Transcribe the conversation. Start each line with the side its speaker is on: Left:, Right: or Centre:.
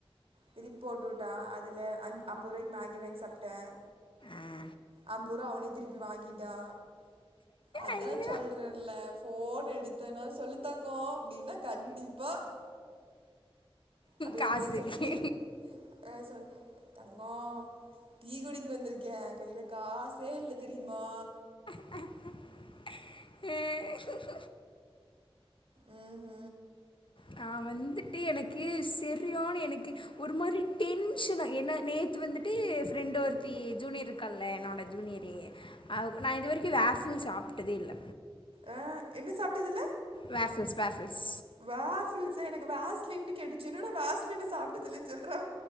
Right: திருப்பி போட்டுவுட்டா அதுல அஞ் ஐம்பது ரூவாய்க் மேகி வாங்கி சாப்ட்ட
Left: ஆ
Right: அம்பதுரூவா அவனே திருப்பி வாங்கி டா அதா
Left: ஐயோ
Right: சொல்றல்ல ஃபோன் எடுத் த்தனா சொல்லு தங்கோ அப்டினா கண்டிப்பா அப்ப
Left: காசுக்கு
Right: ஏம்பேரு சொல்லிட்டு ஆ சொ தங்கோ டீ குடிக்க வந்திருக்கே கைல காசே இல்ல தெரியிமா
Left: ஏ
Right: ம் ஹூ
Left: நா வந்துட்டு எனக்கு செரியான எனக்கு ஒரு மாதிரி டென்ஷனா ஏன்னா நேத்து வந்துட் ட்டு ஃப்ரெண்டு ஒருத்தி ஜூனியர் இருக்கால்ல என்னோட ஜூனியரு நா இது வரிக்கு வேஃபல் சாப்ட்டதே இல்ல
Right: அ என்ன சாப்ட்டது இல்ல
Left: வேஃபல்ஸ் வேஃபல்ஸ்
Right: வாஃபில் சா எனக்கு வேஸ்லின்னு கேட்டுச்சு என்னடா வேஸ்லின்ன சாப்ட்டதுல்லனு சொல்றா